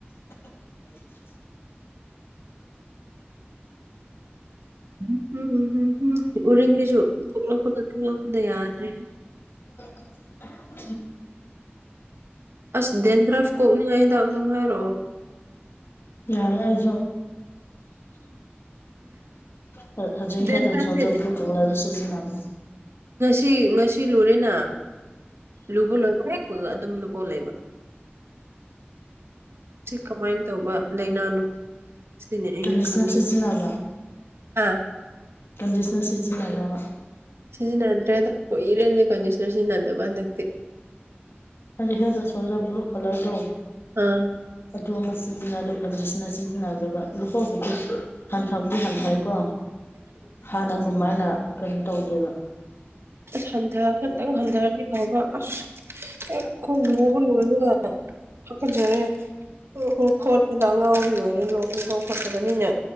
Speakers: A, on the left (about 70°); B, on the right (about 80°).
A: <unintelligible>
B: <unintelligible> ꯎꯔꯤꯡꯁꯤꯁꯨ ꯊꯣꯛꯂꯛꯄꯗ ꯊꯣꯛꯂꯛꯄꯗ ꯌꯥꯗ꯭ꯔꯦ
A: <unintelligible>
B: ꯑꯁ ꯗꯦꯟꯗ꯭ꯔꯐ ꯀꯣꯛꯅꯤꯡꯉꯏ ꯍꯤꯗꯥꯛ ꯃꯃꯤꯡ ꯍꯥꯏꯔꯛꯑꯣ
A: ꯌꯥꯔꯦ ꯌꯥꯔꯦ <unintelligible> ꯍꯣꯏ ꯍꯧꯖꯤꯛ
B: ꯗꯦꯟꯗ꯭ꯔꯐꯁꯦ
A: ꯍꯦꯠ ꯑꯦꯟ ꯁꯣꯜꯖꯔ ꯕ꯭ꯂꯨ ꯀꯂꯔꯗꯣ ꯁꯤꯖꯤꯟꯅꯕꯅꯤ
B: ꯇꯤ ꯉꯁꯤ ꯂꯨꯔꯦꯅ ꯂꯨꯕ ꯂꯣꯏꯕꯒ ꯍꯦꯛꯄꯒ ꯑꯗꯨꯝ ꯂꯨꯄꯧ ꯂꯩꯕ ꯁꯤ ꯀꯃꯥꯏ ꯇꯧꯕ ꯂꯩꯅꯅꯣ ꯁꯤꯗꯅꯤ ꯑꯩꯅ
A: ꯀꯟꯗꯤꯁꯅꯔ
B: ꯈꯪꯅꯤꯡꯉꯤꯁꯦ
A: ꯁꯤꯖꯤꯟꯅꯕ꯭ꯔꯥ
B: ꯍꯥꯥ
A: ꯀꯟꯗꯤꯁꯅꯔ ꯁꯤꯖꯟꯅꯕ꯭ꯔꯕ
B: ꯁꯤꯖꯤꯟꯅꯗ꯭ꯔꯦꯗ ꯀꯨꯏꯔꯦ ꯀꯟꯗꯤꯁꯅꯔ ꯁꯤꯖꯤꯟꯅꯗꯕ ꯍꯟꯗꯛꯇꯤ
A: ꯑꯗꯨ ꯍꯦꯠ ꯑꯦꯟ ꯁꯣꯜꯖꯔꯗ ꯕ꯭ꯂꯨ ꯀꯂꯔꯗꯣ
B: ꯑꯥ
A: ꯑꯗꯨ ꯑꯃ ꯁꯤꯖꯤꯟꯅꯧ ꯑꯗꯨ ꯀꯟꯗꯤꯁ ꯅ ꯁꯤꯖꯤꯟꯅꯗꯣꯏꯕ ꯂꯨꯄꯧꯕꯨꯗꯤ ꯍꯟꯊꯕꯨꯗꯤ ꯍꯟꯊꯩꯀꯣ ꯍꯥꯟꯅꯒꯨꯝꯥꯏꯅ ꯀꯔꯤ ꯇꯧꯗꯦꯕ
B: ꯑꯁ ꯍꯟꯊ ꯈꯛꯇꯪ ꯍꯟꯊꯔꯗꯤ ꯐꯕ ꯑꯁ ꯍꯦꯛ ꯀꯣꯛ ꯂꯨꯕ ꯂꯣꯏꯕꯒ ꯍꯥꯒꯖꯔꯦ ꯀꯣꯔꯣ ꯀꯣꯔꯣ ꯣꯠꯄꯗ ꯑꯉꯥꯎꯕꯤ ꯑꯣꯏꯔꯦ ꯂꯣꯛ ꯂꯨꯄꯧ ꯈꯣꯠꯄꯗ ꯃꯤꯅ